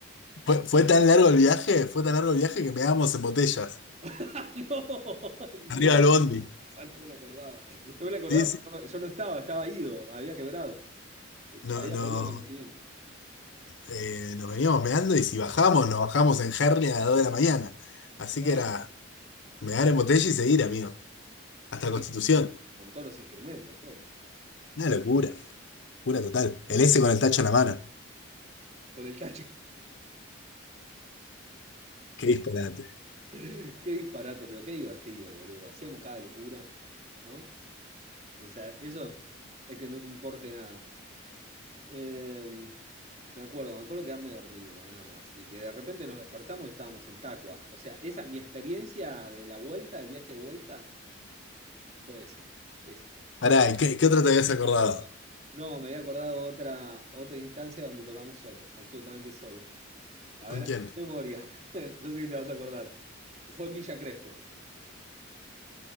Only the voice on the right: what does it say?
<laughs> No, en
serio,
<laughs> esa no me la acordaba. No me la acordaba,
porque no- yo no estaba, estaba ido, había quebrado. Eh,
Había
perdido el conocimiento.
No.
Y
seguí
con todos los instrumentos, todo.
Con el tacho.
<laughs> Qué disparate, pero qué divertido, boludo. Hacíamos cada locura, ¿no? O sea, eso es que no te importe nada. Eh, me acuerdo, me acuerdo quedarme dormido, nada más. Y que de repente nos despertamos y estábamos en Tacua. O sea, esa, mi experiencia de la vuelta, del viaje de vuelta, fue ese, esa.
No, me había acordado otra, otra instancia donde tocamos solos, absolutamente solos. A
ver, haz
memoria. <laughs> Yo sé que te vas a acordar. Fue en Villa Crespo.